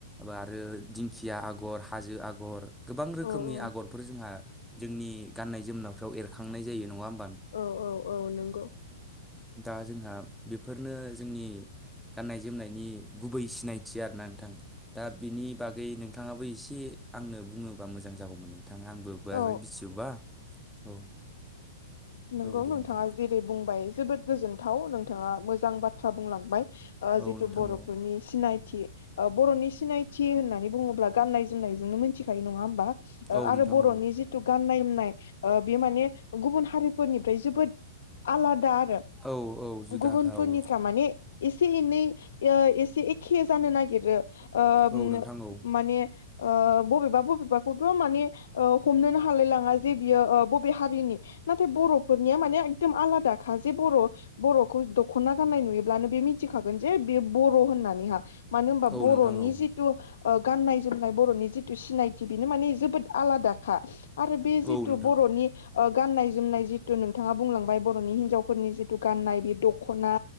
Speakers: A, in the centre; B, on the left.
A: आरो दिंखिया आगर हाजो आगर गोबां रोखोमनि
B: औ
A: आगरफोर जोंहा जोंनि गाननाय जोमनायफ्राव एरखांनाय जायो नङा होम
B: औ औ औ नंगौ
A: दा जोंहा बेफोरनो जोंनि गाननाय जोमनायनि गुबै सिनायथि आरोना नोंथां दा बिनि बागै नोंथाङाबो एसे आंनो बुङोबा मोजां जागौमोन आंबो बारा
B: औ
A: मिथिजोबा औ
B: नंगौ
A: औ दे
B: नोंथाङा
A: नोंथां
B: जेरै बुं जोबोद गोजोनथाव नोंथाङा मोजां बाथ्रा बुंलांबाय ओ
A: औ
B: जिथु
A: नोंथां
B: बर'फोरनि
A: औ
B: सिनायथि बर'नि सिनायथि होननानै बुङोब्ला गाननाय जोमनायजोंनो मिथिखायो नङा होमबा
A: औ
B: आरो
A: नोंथां
B: बर'नि
A: औ
B: जिथु गाननाय नाय बियो माने गुबुन हारिफोरनिफ्राय जोबोद आलादा आरो
A: औ औ जुदाखा
B: गुबुनफोरनिफ्रा
A: औ
B: माने एसे एनै ओ एसे एखे जानो नागिरो ओ
A: औ नोंथां औ
B: माने ओ बबेबा बबेबाखौथ' माने ओ हमनोनो हालाय लाङा जे बियो बबे हारिनि नाथाय बर'फोरनिया माने एकदम आलादा खा जे बर' बर'खौ दख'ना गाननाय नुयोब्लानो बे मिथिखागोन जे बे बर' होननानैहा मानो होनबा
A: औ
B: बर'नि
A: नोंथां औ
B: जिथु ओ गाननाय जोमनाय बर'नि जिथु सिनायथि बेनो माने जोबोद आलादाखा आरो बे जिथु
A: औ नोंथां
B: बर'नि ओ गाननाय जोमनाय जिथु नोंथाङा बुंलांबाय बर'नि हिन्जावफोरनि जिथु गाननाय बे दखना